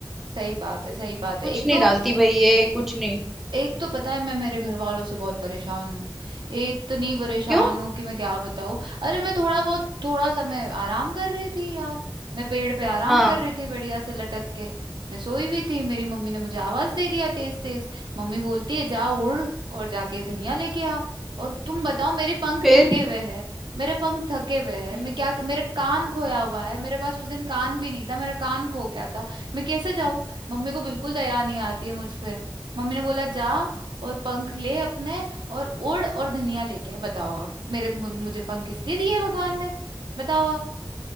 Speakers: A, on the right (about 80°); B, in the centre.
A: सही बात है सही बात
B: कुछ
A: है एक
B: नहीं
A: तो
B: डालती भाई ये कुछ नहीं
A: एक तो पता है मैं मेरे घर वालों से बहुत परेशान हूँ इतनी परेशान
B: क्यों
A: हूँ कि मैं क्या बताऊँ अरे मैं थोड़ा बहुत थोड़ा सा मैं आराम कर रही थी यार मैं पेड़ पे आराम
B: हाँ
A: कर रही थी बढ़िया से लटक के मैं सोई हुई थी मेरी मम्मी ने मुझे आवाज दे दिया तेज तेज मम्मी बोलती है जा उड़ और जाके धनिया लेके आ और तुम बताओ मेरे पंख
B: फिर
A: थके हुए हैं मेरे पंख थके हुए हैं
B: हम्म
A: मैं क्या मेरे कान खोया हुआ है मेरे पास उस दिन कान भी नहीं था मेरा कान खो गया था मैं कैसे जाऊँ मम्मी को बिल्कुल दया नहीं आती है मुझ पे मम्मी ने बोला जा और पंख ले अपने और उड़ और धनिया लेके आ बताओ आप मेरे मु- मुझे पंख इसलिए दिए भगवान ने बताओ आप